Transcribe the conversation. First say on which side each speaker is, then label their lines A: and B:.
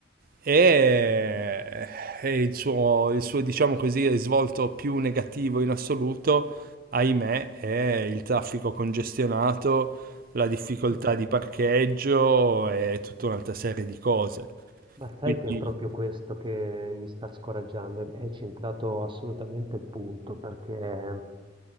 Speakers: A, on the right; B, on the right.
A: e, e il suo, il suo, diciamo così, risvolto più negativo in assoluto, ahimè, è il traffico congestionato, la difficoltà
B: mh.
A: di parcheggio e tutta un'altra serie di cose.
B: Ma
A: Quindi,
B: sai che è proprio questo che mi sta scoraggiando, e hai centrato assolutamente il punto, perché, ehm,